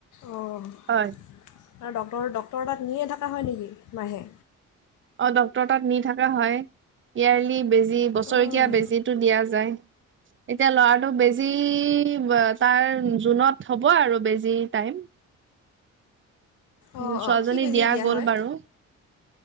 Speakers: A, on the left (about 75°); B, on the right (about 40°).
A: অ'। আৰু
B: হয়।
A: ডক্টৰ ডক্টৰৰ তাত নিয়ে থাকা হয় নেকি মাহে?
B: ডক্তৰৰ তাত নি থাকা হয়, ইয়াৰলি বেজি বছৰেকীয়া
A: অঁ
B: বেজীটো দিয়া যায়। এতিয়া ল'ৰাটোক বেজি ব তাৰ জুনত হ'ব আৰু বেজিৰ টাইম। উম,
A: অঁ
B: ছোৱালীজনী
A: অঁ কি বেজি
B: দিয়া গ'ল
A: হয়
B: বাৰু।